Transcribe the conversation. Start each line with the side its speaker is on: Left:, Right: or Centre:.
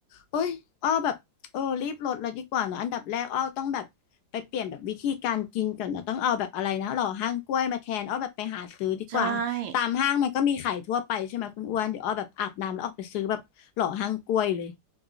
Left: โอ้ยอ้อแบบเออรีบลดเลยดีกว่าเนอะอันดับแรกอ้อต้องแบบไปเปลี่ยนแบบวิธีการกินก่อนนะต้องเอาแบบอะไรนะหล่อห้างกล้วยมาแทนอ้อแบบไปหาซื้อดีกว่าตามห้างมันก็มีขายทั่วไปใช่ไหมคุณอ้วนเดี๋ยวอ้อแบบอาบน้ำแล้วออกไปซื้อแบบหล่อห้างกล้วยเลย
Right: ใช่